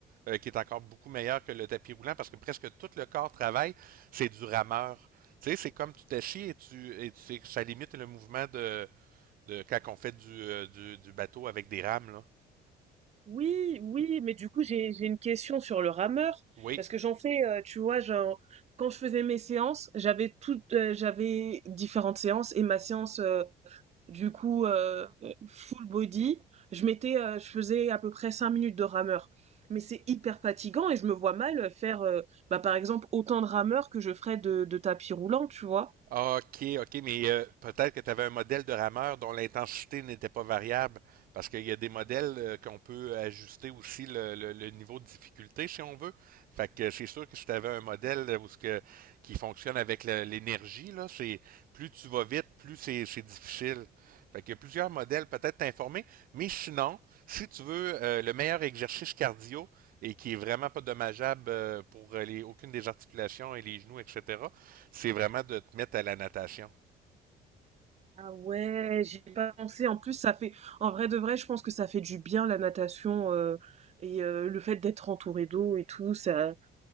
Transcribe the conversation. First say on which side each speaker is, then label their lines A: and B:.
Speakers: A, on the right (about 60°); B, on the right (about 40°).
A: euh, qui est encore beaucoup meilleur que le tapis roulant, parce que presque tout le corps travaille, c'est du rameur. Tu sais, c'est comme tu t'assis et tu, et tu sais, ça limite le mouvement de, de quand on fait du, euh, du, du bateau avec des rames, là.
B: Oui, oui, mais du coup, j'ai, j'ai une question sur le rameur
A: Oui,
B: parce que j'en fais, euh, tu vois, genre, quand je faisais mes séances, j'avais toutes, euh, j'avais différentes séances et ma séance euh, Du coup, euh, full body, je mettais, euh, je faisais à peu près 5 minutes de rameur. Mais c'est hyper fatigant et je me vois mal faire, euh, bah, par exemple, autant de rameurs que je ferais de, de tapis roulant, tu vois.
A: Ah, OK, OK, mais euh, peut-être que tu avais un modèle de rameur dont l'intensité n'était pas variable, parce qu'il y a des modèles euh, qu'on peut ajuster aussi le, le- le niveau de difficulté si on veut. Fait que c'est sûr que si tu avais un modèle euh, où ce que, qui fonctionne avec le- l'énergie, là, c'est plus tu vas vite, plus c'est c'est difficile. Fait qu'il y a plusieurs modèles, peut-être t'informer, mais sinon, si tu veux euh, le meilleur exercice cardio et qui est vraiment pas dommageable euh, pour euh, les, aucune des articulations et les genoux, etc., c'est vraiment de te mettre à la natation.
B: Ah ouais, j'ai pas pensé. En plus, ça fait, en vrai de vrai, je pense que ça fait du bien la natation euh, et euh, le fait d'être entouré d'eau et tout, ça,